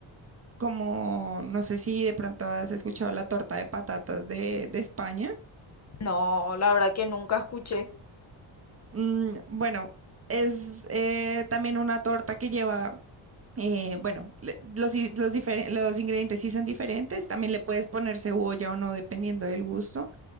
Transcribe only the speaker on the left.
No, la verdad que nunca escuché.